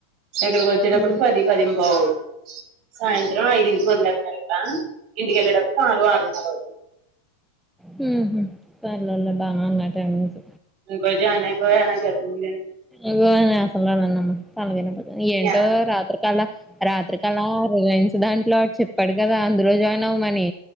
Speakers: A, on the right; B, in the centre.
A: ఇక్కడికి వచ్చేటప్పుడుకి
B: హ్మ్
A: పది పదింపావు అవుత సాయంత్రం ఐదుంటికి వదిలే ఇక్కడ ఇంటికెళ్ళేటప్పుడు ఆరు ఆరున్నర అవుతుంది
B: హ్మ్ హు పర్లేదు లే బానే ఉన్నాయి టైమింగ్స్
A: తు కో జా నై కో <unintelligible>
B: ఇగో ఆయన అసలు రాడులే అన్న తాలద ఏంటో
A: యా
B: రాత్రికళ రాత్రికళ రిలయన్స్ దాంట్లో అడు చెప్పాడు కదా అందులో జాయిన్ అవ్వమని